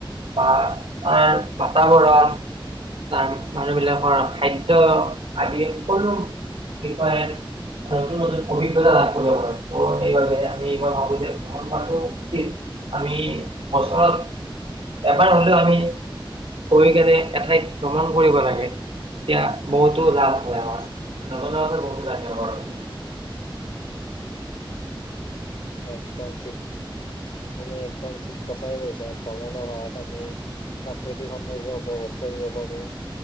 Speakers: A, on the right (about 85°); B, on the left (about 90°).
A: বা তাৰ বাতাবৰণ তাৰ মানুহ বিিলাকৰ খাদ্য় আদি সকলো বিষয়ে নতুন নতুন অভিজ্ঞতা লাভ কৰিব পাৰাৰে সেইবাবে আমি মই ভাবো যে ভ্ৰমণ কৰাটো উচিত আমি ওচৰত এবাৰ হলেও আমি গৈ কেনে এঠাইত ভ্ৰমণ কৰিব লাগে তেতিয়া বহুতো লাভ হয় আমাৰ নজনা কথাৰত বহুত লাভ হয় ।
B: একদম ঠিক । তুমি একদম ঠিক কথাই কৈছা ভ্ৰমণৰ সহায়ত আমি প্ৰাকৃতিক সৌন্দৰ্য্য উপভোগ কৰিব পাৰো